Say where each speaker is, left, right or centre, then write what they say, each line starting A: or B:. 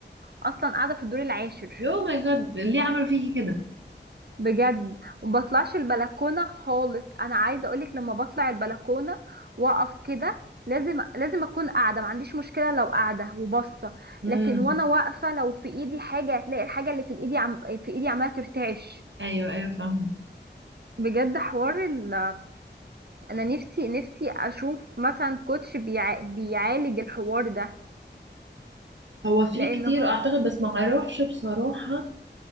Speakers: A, on the right; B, on the right.
A: اصلا قاعده في الدور العاشر
B: يو ماي جاد ليه عملوا فيكي كده
A: بجد وما بطلعش البلكونه خالص انا عايزه اقولك لما بطلع البلكونه واقف كده لازم لازم اكون قاعده ما عنديش مشكله لو قاعده وباصه
B: امم
A: لكن وانا واقفه لو في ايدي حاجه هتلاقي الحاجه اللي في ايدي عم في ايدي عماله ترتعش
B: ايوه ايوه فاهمه
A: بجد حوار ال انا نفسي نفسي اشوف مثلا كوتش بيع... بيعالج الحوار ده
B: هو في
A: لان
B: كتير
A: هو
B: اعتقد بس ما اعرفش بصراحه